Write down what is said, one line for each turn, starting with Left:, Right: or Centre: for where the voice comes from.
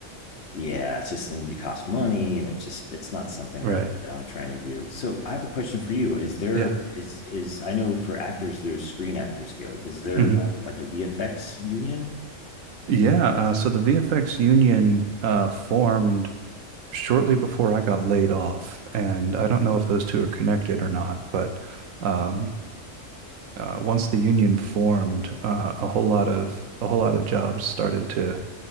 Left: yeah, it's just and you cost money, and it's just it's not something
Right: right.
Left: that, that I'm trying to do. So I have a question for you: Is there
Right: Yeah.
Left: is is I know for actors there's Screen Actors Guild. Is there
Right: hmm
Left: um, like a VFX union?
Right: Yeah. Uh, so the VFX union uh, formed shortly before I got laid off, and I don't know if those two are connected or not, but um, uh, once the union formed, uh, a whole lot of a whole lot of jobs started to